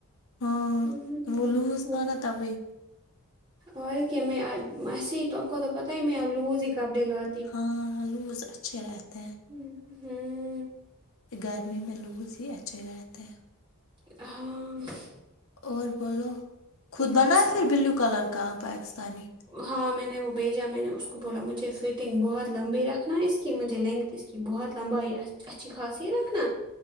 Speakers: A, on the left; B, on the right.
A: ہاں
B: ہوں
A: وہ لوس
B: وہ
A: تھا نا تبھی
B: اور ہے کے میں آج ایسے ہی تم کو تو پتہ ہے میں اب لوز ہی کپڑے لا
A: ہاں لوز اچھے رہتے ہیں
B: ہوں ہوں
A: گرمی میں لوز ہی اچھے رہتے
B: ہاں
A: اور بولو خود
B: بس
A: بنا پھر بلیو کلر کا پاکستانی
B: ہاں میں نے وہ بھیجا میں نے اس کو بولا مجھے فٹنگ بہت لمبی رکھنا ہے اس کی مجھے لینتھ اس کہ بہت لمبائی اچھی خاصی رکھنا